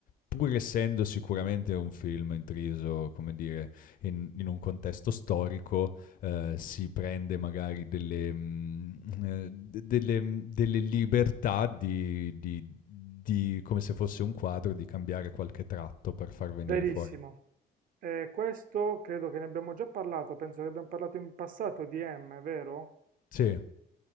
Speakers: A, on the left; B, on the right.
A: pur essendo sicuramente un film intriso, come dire, in, in un contesto storico, eh, si prende magari delle, mm, eh, de- delle, mm, delle libertà di, di- di- come se fosse un quadro, di cambiare qualche tratto per far venire
B: Verissimo.
A: fuori.
B: Eh, questo credo che ne abbiamo già parlato, penso che abbiamo parlato in passato di M, vero?
A: Sì,